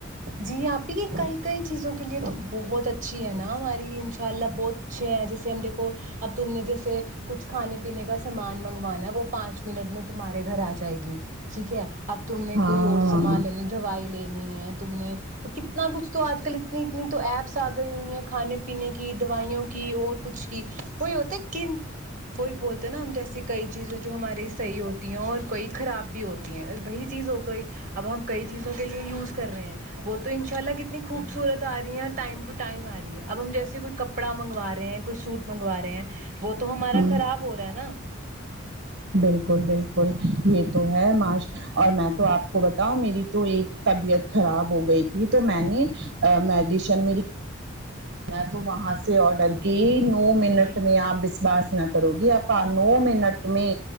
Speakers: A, on the right; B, on the right.
A: جی آپی یہ کئی کئی چیزوں کے لیے تو بہت اچھی ہے نا ہماری انشاء اللہ بہت اچھے ہیں جیسے ہم دیکھو اب تم نے جیسے کچھ کھانے پینے کا سامان منگوانا ہے وہ پانچ منٹ میں تمہارے گھر آ جائے گی ٹھیک ہے اب تم نے
B: ہاں
A: کوئی اور سامان لینا دوائی لینی ہے تم نے کتنا کچھ تو آج کل اتنی اتنی تو ایپس آ گئی ہوئی ہیں کھانے پینے کی دوائیوں کی اور کچھ کی وہی ہوتا کن وہی بولتے ہیں نا ہم جیسے کئی چیزیں جو ہماراری صحیح ہوتی ہیں اور کئی خراب بھی ہوتی ہیں وہی چیز ہو گئی اب ہم کئی چیزوں کے لیے یوز کر رہے ہیں وہ تو انشاء اللہ کتنی خوبصورت آ رہی ہیں ٹائم ٹو ٹائم آ رہی ہے اب ہم جیسے کوئی کپڑا منگو رہے ہیں کوئی سوٹ مگوا ہیں وہ تو ہمارا
B: ہ
A: خراب ہو رہا ہے نا
B: بالکل بالکل یہ تو ہے معاش اور میں تو آپ بتاؤ میری تو ایک طبیعت خراب ہو گئی تھی تو میں نے مڈیشن میں تو وہاں سے آرڈر کی نو منٹ
A: جی
B: میں ا باس نہ کرو گی آپا نو منٹ میں